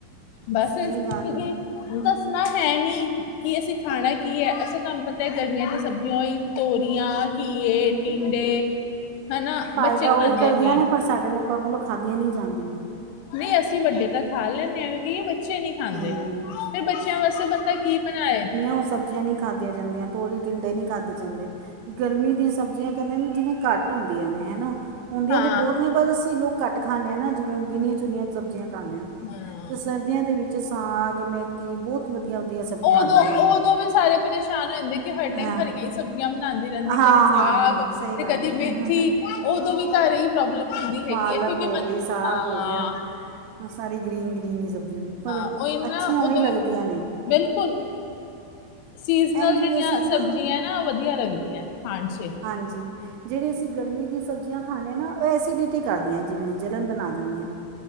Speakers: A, on the left; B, on the right.
A: ਬਸ
B: ਸਹੀ ਗੱਲ
A: ਫੇਰ <unintelligible>
B: ਹੈ
A: ਦੱਸਣਾ ਹੈ ਨੀ, ਕਿ ਅਸੀਂ ਖਾਣਾ ਕੀ ਐ ਅੱਛਾ, ਤੁਆਨੂੰ ਪਤਾ ਐ ਗਰਮੀਆਂ ਦੀਆਂ ਸਬਜ਼ੀਆਂ ਓਇ ਤੋਰੀਆਂ, ਘੀਏ, ਟਿੰਡੇ, ਹੈਨਾ
B: ਫਾਇਦਾ
A: ਬੱਚੇ ਖਾਂਦੇ
B: ਉਹੀ ਕਰਦੀਆਂ
A: ਨੀਂ।
B: ਨੇ ਪਰ ਸਾਡੇ ਲੋਕਾਂ ਕੋਲੋਂ ਖਾਦੀਆਂ ਨੀਂ ਜਾਂਦੀਆਂ।
A: ਨਈਂ, ਅਸੀਂ ਵੱਡੇ ਤਾਂ ਖਾ ਲੈਂਨੇ ਆਂ ਐਵੇਂ ਕਈਏ। ਬੱਚੇ ਬੱਚੇ ਨੀਂ ਖਾਂਦੇ,
B: ਹੂੰ
A: ਫੇਰ ਬੱਚੇਆਂ ਵਾਸਤੇ ਬੰਦਾ ਕੀ ਬਨਾਏ?
B: ਓ ਸਬਜੀਆਂ ਨੀਂ ਖਾਦੀਆਂ ਜਾਂਦੀਆਂ ਤੋਰੀਆਂ, ਟਿੰਡੇ ਨੀਂ ਖਾਧੇ ਜਾਂਦੇ। ਗਰਮੀ ਦੀਆਂ ਸਬਜ਼ੀਆਂ ਕੈਂਦੇ ਨੇ ਜਿਵੇੰ ਘੱਟ ਹੁੰਦੀਆਂ ਨੇ, ਹਨਾ। ਹੁੰਂਦੀਆਂ
A: ਹਾਂ
B: ਤੇ ਬੋਤ ਨੇ ਬਸ, ਅਸੀਂ ਲੋਕ ਘੱਟ ਖਾਂਨੇ ਆਂ ਨਾ। ਜਿਵੇਂ ਗਿਣੀਆਂ ਚੁਨੀਆਂ ਸਬਜ਼ੀਆਂ ਖਾਂਦੇ ਹਾਂ
A: ਹਾਂ
B: ਤੇ ਸਰਦੀਆਂ ਦੇ ਵਿੱਚ ਸਾਗ ਮੇ ਥੀ ਬੋਤ ਵਧੀਆ- ਵਧੀਆ ਸਬਜ਼ੀਆਂ
A: ਉਦੋਂ-ਉਦੋਂ
B: ਆ ਜਾਂਦੀਆਂ ਨੇ
A: ਵੀ ਸਾਰੇ ਪਰੇਸ਼ਾਨ ਹੋ ਜਾਂਦੇ ਕਿ ਹਰ ਟੈਮ
B: ਹਾਂ
A: ਹਰੀਆਂ ਹੀ ਸਬਜ਼ੀਆਂ ਬਣਾਂਦੇ। ਰੈਂਦੀ
B: ਹਾਂ
A: ਕਦੀ ਸਾਗ
B: ਹਾਂ ਹਾਂ ਸਹੀ
A: ਤੇ
B: ਗੱਲ
A: ਕਦੀ
B: ਹੈ
A: ਮੇਥੀ ਉਦੋਂ ਵੀ ਘਰ ਇ ਪ੍ਰੋਬਲਮ ਹੁੰਦੀ
B: ਪਾਲਕ
A: ਹੈਗੀ
B: ਹੋ
A: ਹੈ।
B: ਗਈ ਸਾਗ
A: ਹਾਂ-ਹਾਂ।
B: ਹੋ ਗਿਆ ਸਾਰੀ ਗ੍ਰੀਨ-ਗ੍ਰੀਨ ਹੀ ਸਬਜ਼ੀਆਂ ਨੂੰ ਪਰ
A: ਉਹ ਇਨਾ
B: ਅੱਛੀਆਂ
A: ਉਦੋਂ
B: ਓ ਈ ਲੱਗਦੀਆਂ
A: ਵੀ
B: ਨੇ।
A: ਬਿਲਕੁਲ ਸਿਜ਼ਨਲ
B: ਐਂ ਜਿਹੜੀ
A: ਜੇੜੀਆਂ
B: ਅਸੀਂ
A: ਸਬਜ਼ੀਆਂ
B: ਨਾ
A: ਨਾ ਵਧੀਆ ਲੱਗਦੀਆਂ ਖਾਣ 'ਚ
B: ਹਾਂਜੀ ਜੇੜੀ ਅਸੀਂ ਗਰਮੀ ਦੀਆਂ ਸਬਜ਼ੀਆਂ ਖਾਂਦੇ ਹਾਂ ਨਾ ਓ ਐਸੀਡਿਟੀ ਕਰਦੀਆਂ ਜਿਵੇਂ ਜਲਣ ਬਣਾ ਦਿੰਦੀਆਂ ਨੇ।